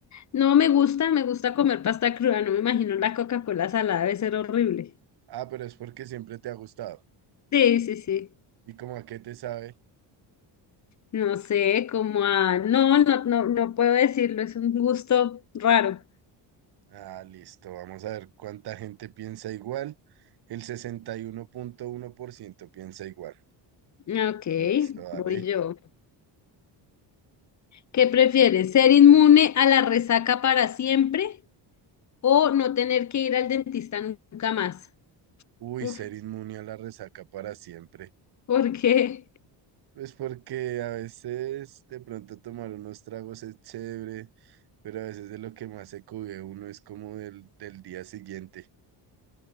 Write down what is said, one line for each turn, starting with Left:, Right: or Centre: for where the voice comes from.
Left: No me gusta, me gusta comer pasta cruda. No me imagino la Coca-Cola salada, debe ser horrible.
Right: Ah, pero es porque siempre te ha gustado.
Left: Sí, sí, sí.
Right: ¿Y cómo a qué te sabe?
Left: No sé, como a... No, no, no, no puedo decirlo, es un gusto raro.
Right: Ah, listo, vamos a ver cuánta gente piensa igual. El sesenta y uno uno punto uno por ciento piensa igual.
Left: Ok,
Right: Listo, dale.
Left: voy yo. ¿Qué prefieres? ¿Ser inmune a la resaca para siempre o no tener que ir al dentista nunca más?
Right: Uy,
Left: Uf,
Right: ser inmune a la resaca para siempre.
Left: ¿por qué?
Right: Pues porque a veces de pronto tomar unos tragos es chévere, pero a veces de lo que más se cubre uno es como del, del día siguiente.